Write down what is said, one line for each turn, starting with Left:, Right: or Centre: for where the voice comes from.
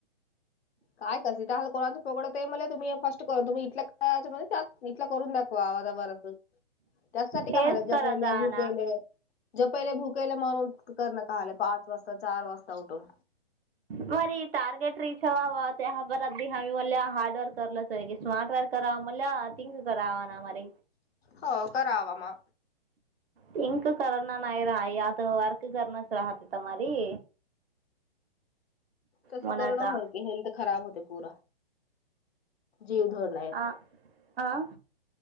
Left: काय कस कोणाचं पोडत आहे मला तुम्ही फर्स्ट करून तुम्ही इथ इथला करून दाखवा आवाजावर असून त्याचसाठी
Right: हेच
Left: का हला जपले
Right: करत
Left: भुकेले
Right: ना
Left: ज पहिले भुकेला मरून करण काले पाच वाजता चार वाजता उठून
Right: मरी टारगेट रीच अव ते हबरधदी हवी म हार्ड वर्क करर्लस स्मार्ट वर्क करावा म्हथिंक कररावा ना मर
Left: हो करावामा
Right: पिंक करल ना नाही राहा या तर वर्क करणच राहते तुम्हाारी
Left: तस
Right: म्हणून
Left: करण
Right: आता
Left: होय हेल्थ खराब होते पू जीव धोर
Right: आ आ